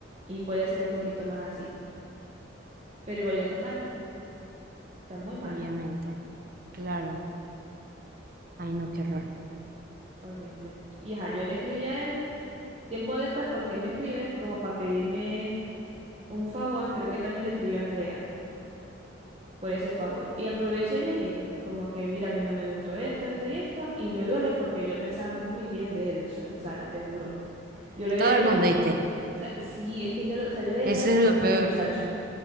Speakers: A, on the right; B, on the right.
A: y puede ser un poquito más así. Pero igual está mal, está muy mal,
B: Obviamente, claro. Ay, no, qué horror.
A: horrible. Y ajá, yo le escribí a él tiempo después porque él me escribe como para pedirme un favor, creo que también le escribió a Andrea por ese favor. Y aproveché y le dije, como que, mira, a mí no me gustó esto, esto y esto, y me duele porque yo pensaba muy bien de él, Sa- Sara, te juro. Yo le veía
B: Todo
A: a él
B: el
A: como,
B: mundo,
A: o
B: ¿viste?
A: sea, sí, es que yo, lo- o sea, yo le veía
B: Eso
A: a él
B: es
A: como
B: lo
A: un
B: peor.
A: buen muchacho.